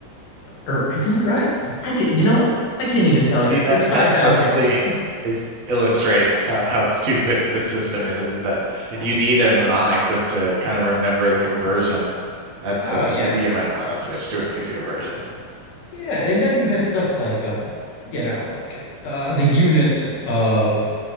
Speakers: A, on the left; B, on the right.
A: Or is that right? I can. You know what? I can't even tell
B: see
A: you.
B: that
A: It's five
B: that
A: thousand
B: perfectly
A: something.
B: is illustrates how, how stupid the system is, is that if
A: Hmm.
B: you need a mnemonic just to kind of remember the conversion, that's
A: Oh
B: uh,
A: yeah,
B: maybe you might want to switch to an easier version.
A: yeah. And then you have stuff like um, you know, like uh, the units of